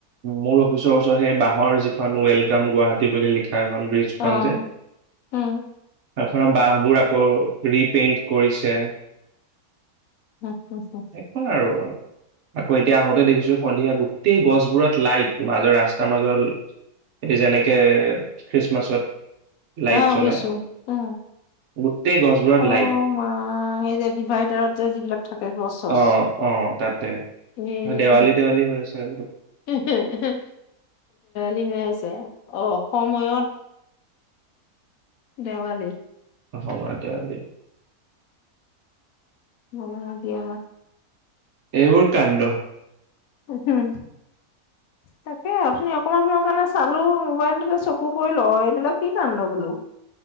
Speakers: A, on the right (about 60°); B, on the left (about 75°).
A: মোৰ অফিচৰ ওচৰত সেই বাঁহৰ যিখন ওৱেলকাম গুৱাহাটী বুলি লিখা এখন ব্ৰিজখন
B: অ'
A: যে তাছত
B: উম
A: ৰ বাহবোৰ আকৌ ৰিপেইণ্ট কৰিছে
B: অ'
A: শেষ হ'ল আৰু আকৌ এতিয়া আহোতে দেখিছো সন্ধিয়া গোটেই গছবোৰত লাইট মাজৰ ৰাস্তাৰ মাজত এই যেনেকে খ্ৰীষ্টমাছত লাইট
B: অ
A: জ্বলাই
B: শুইছো অ
A: গোটেই গছবোৰত
B: অ
A: লাইট
B: মা সেই যে ডিভাইডাৰত যে যিবিলাক থাকে গছ চছ
A: অ অ তাতে
B: এ
A: দেৱালী
B: ন
A: দেৱালী হৈ আছে আৰু
B: হে হে হে লি হৈ আছে অ অসময়ত দেৱালী
A: অসমৰ দেৱালী
B: অ দিয়া
A: এইবোৰ কাণ্ড
B: উ হম তাকে অঠনি অকমান সময় কাৰণে চালো মোবাইলটোকে চকু পৰিল অ এইবিলাক কি কান্দ বোলো